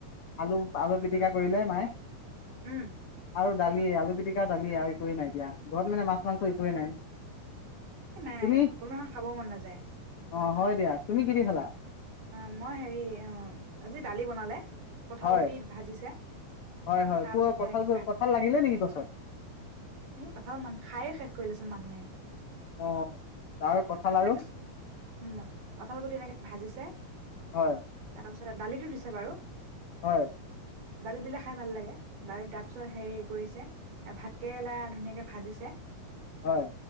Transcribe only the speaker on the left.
আলু-আলু পিটিকা কৰিলে নাই
।আৰু দালিয়ে আলু পিটিকা দালিয়ে আৰু একোৱে নাই দিয়া, ঘৰত মানে মাছ-মাংস একোৱে নাই।
তুমি
অ হয় দিয়া, তুমি কি দি খালা?
হয়
হয় হয়
তোৰ কঁঠাল
কঁঠাল লাগিলে নেকি গছত?
অ তাৰ কঁঠাল আৰু
হয়।
হয়
হয়।